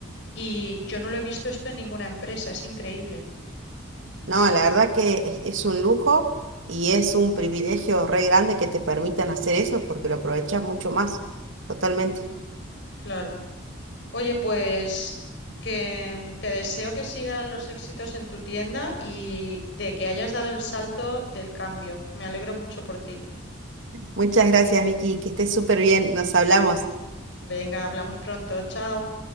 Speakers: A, on the left; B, on the right.
A: Y yo no lo he visto esto en ninguna empresa, es increíble,
B: No, la verdad que es, es un lujo y es un privilegio re grande que te permitan hacer eso porque lo aprovechas mucho más, totalmente.
A: claro. Oye, pues que te deseo que sigan los éxitos en tu tienda y de que hayas dado el salto del cambio. Me alegro mucho por ti.
B: Muchas gracias, Vicky, que estés súper bien, nos hablamos.
A: Venga, hablamos pronto, chao.